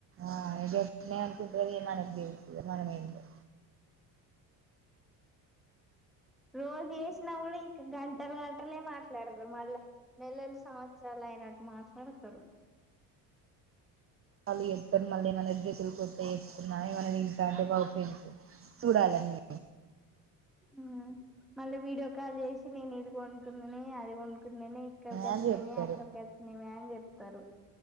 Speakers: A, on the right; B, in the centre.
A: ఆ ఎట్ల అనుకుంటరో మనకి తెలుసు మనం ఏందో
B: రోజు చేసిన కూడ ఇంక గంటలు గంటలే మా మల్ల నెలలు సంవత్సరాల అయినట్టు మాట్లాడతరు
A: వాళ్ళు చెప్తరు మళ్ళీ మన గెతులు కొత్త వేసుకున్నా మనది <unintelligible> బాగ ఫ్రెండ్సు చూడలన్ని
B: ఊ మళ్ళీ వీడియో కాల్ చేసి నేను ఇది కొనుకున్నానే అది కొనుకున్నానే ఇక్కడికి వచ్చినమే
A: అని చెప్తారు
B: అక్కడికి వచ్చినమే అని చెప్తరు